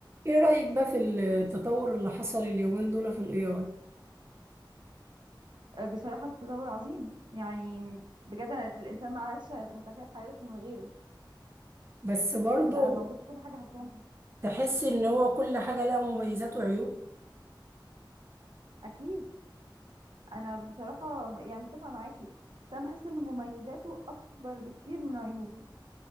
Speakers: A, on the right (about 30°); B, on the right (about 65°).
A: ايه رأيك بقى في التطور اللي حصل اليومين دول في الاي اي
B: آه، بصراحة تطور عظيم يعني بجد أنا الإنسان ما عادش متخيل حياته من غيره
A: بس برضه
B: بقى موجود في كل حاجة حرفيا
A: تحس ان هو كل حاجة لها مميزات وعيوب
B: أكيد أنا بصراحة م- يعني متفقة معاكي بس أنا بحس إن مميزاته أكبر بكتير من عيوبه